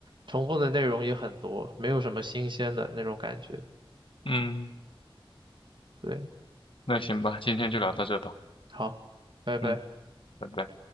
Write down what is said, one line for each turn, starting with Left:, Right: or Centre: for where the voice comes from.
Right: 重复的内容也很多，没有什么新鲜的那种感觉。
Left: 嗯，
Right: 对，
Left: 那行吧，今天就聊到这吧。
Right: 好，拜拜。
Left: 嗯，拜拜。